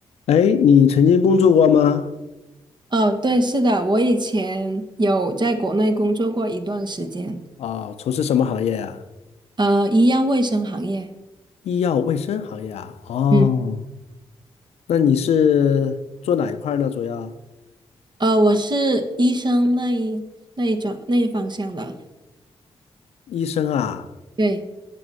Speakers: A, on the left; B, on the right.
A: 哎，你曾经工作过吗？
B: 哦，对，是的，我以前有在国内工作过一段时间，
A: 啊、从事什么行业啊？
B: 呃，医药卫生行业，
A: 医药卫生行业啊？哦，
B: 嗯，
A: 那你是做哪一块儿呢？主要
B: 呃，我是医生那一那一种那一方向的，
A: 医生啊？
B: 对，